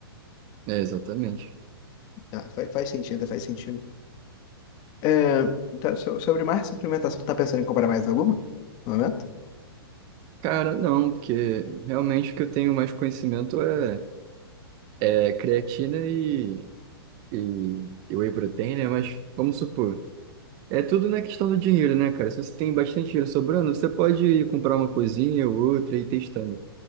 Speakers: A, on the right; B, on the left.
A: É, exatamente.
B: Ah, faz, faz sentido, faz sentido. É, tá, so- sobre mais suplementação, tá pensando em comprar mais alguma? No momento?
A: Cara, não, porque realmente o que eu tenho mais conhecimento é, é creatina e, e, e whey protein, né? Mas vamos supor, é tudo na questão do dinheiro, né, cara? Se você tem bastante dinheiro sobrando, você pode ir comprar uma coisinha ou outra e ir testando.